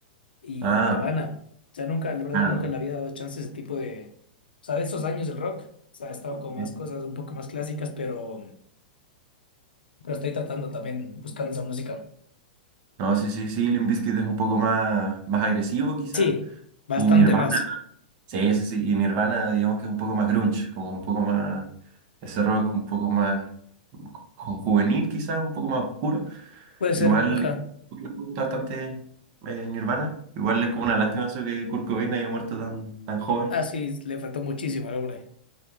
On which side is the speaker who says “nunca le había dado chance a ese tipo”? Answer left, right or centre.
Left